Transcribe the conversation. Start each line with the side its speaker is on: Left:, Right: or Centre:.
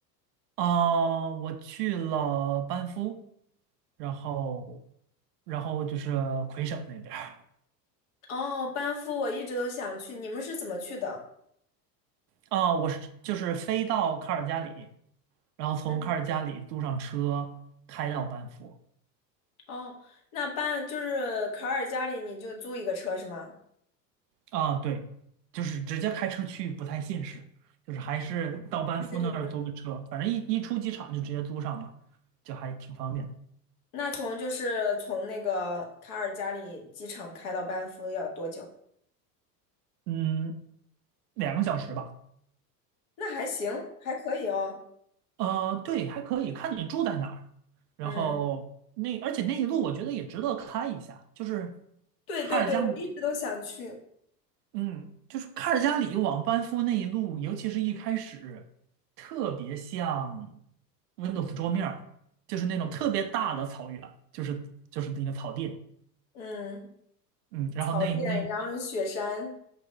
Right: 啊，我去了班夫，然后然后就是魁省那边儿
Left: 哦，班夫我一直都想去，你们是怎么去的？
Right: 啊，我是就是飞到卡尔加里，然后从卡尔加里租上车开到班夫。
Left: 嗯，哦，那班就是卡尔加里，你就租一个车是吗？
Right: 啊，对，就是直接开车去不太现实，就是还是到班夫那儿租个车，
Left: 对对对，
Right: 反正一一出机场就直接租上嘛，就还挺方便的
Left: 那从就是从那个卡尔加里机场开到班夫要多久？
Right: 嗯，两个小时吧。
Left: 那还行，还可以哦。
Right: 呃，对，还可以，看你住在哪儿。然后那而且那一路我觉得也值得开一下，
Left: 嗯。
Right: 就是
Left: 对对对，
Right: 卡尔加里。
Left: 我一直都想去。
Right: 嗯，就是卡尔加里往班夫那一路，尤其是一开始，特别像 Windows 桌面儿就是那种特别大的草原，就是就是那个草地，
Left: 嗯，
Right: 嗯，然后那那
Left: 草甸，然后有雪山。